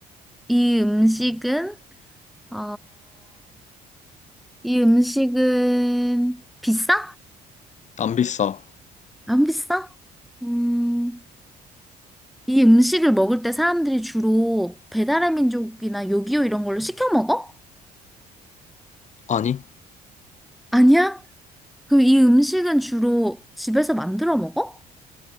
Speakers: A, in the centre; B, on the left.
A: 이 음식은 어, 이 음식은 비싸?
B: 안 비싸.
A: 안 비싸? 음, 이 음식을 먹을 때 사람들이 주로 배달의 민족이나 요기요 이런 걸로 시켜 먹어?
B: 아니,
A: 아니야? 그럼 이 음식은 주로 집에서 만들어 먹어?